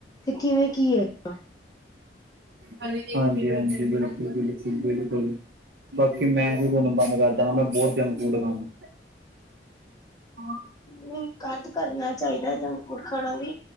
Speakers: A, on the left; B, on the right.
A: ਤੇ ਕਿਵੇਂ ਕੀ ਏ <inaudible>
B: ਹਾਂਜੀ-ਹਾਂਜੀ, ਬਿਲਕੁਲ-ਬਿਲਕੁਲ-ਬਿਲਕੁਲ। ਬਾਕੀ ਮੈਂ ਵੀ ਹੁਣ ਬੰਦ ਕਰ ਦਾਂਗਾ, ਮੈਂ ਬੋਤ ਜੰਕ ਫੂਡ ਖਾਣਾ। ਹਾਂ।
A: ਨਈ, ਘੱਟ ਕਰਨਾ ਚਾਹੀਦਾ ਜੰਕ ਫੂਡ ਖਾਣਾ ਵੀ।